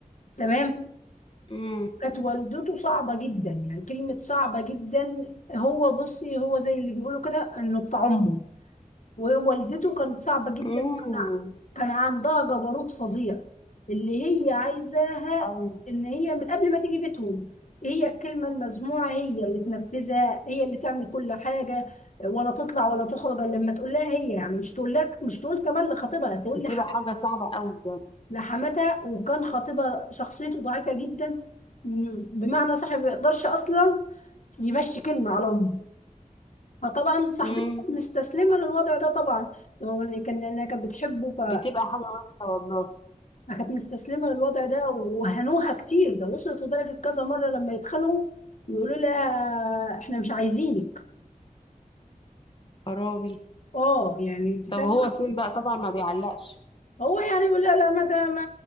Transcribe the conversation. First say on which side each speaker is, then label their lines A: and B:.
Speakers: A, on the left; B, on the left.
A: تمام
B: امم
A: كانت والدته صعبه جدا يعني كلمه صعبه جدا هو بصي هو زي اللي بيقولوا كده انه بتاع امه ووالدته كانت صعبة جدا
B: امم
A: كان ع- كان عندها جبروت فظيع اللي هي عايزاها
B: أيوة
A: ان هي من قبل ما تيجي بيتهم هي الكلمة المسموعة هي اللي تنفذها هي اللي تعمل كل حاجة ولا تطلع ولا تخرج الا لما تقول لها هي يعني مش تقول لك مش تقول كمان لخطيبها تقول
B: بتبقى
A: لح-
B: حاجة صعبة أوي بجد
A: لحماتها وكان خطيبها شخصيته ضعيفة جدا م- بمعنى صاحب ما يقدرش اصلا يمشي كلمة على امه فطبعا صاحبتي
B: امم
A: كانت مستسلمة للوضع ده طبعا لو ان كان لانها كانت بتحبه فكانت
B: بتبقى حاجة وحشة والله
A: مستسلمة للوضع ده وهنوها كتير ده وصلت لدرجة كذا مرة لما يتخانقوا يقولوا لها احنا مش عايزينك
B: خرابي
A: اه يعني انت فاهمة
B: طب هو فين بقى طبعا ما بيعلقش
A: هو يعني بيقول لها لا ما ده ما